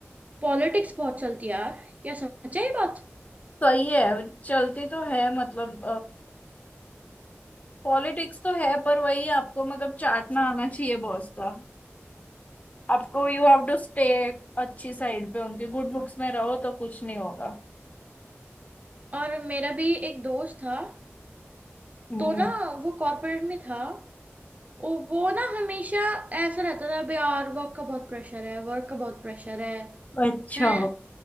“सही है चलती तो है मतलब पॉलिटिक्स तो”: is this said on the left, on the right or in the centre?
Left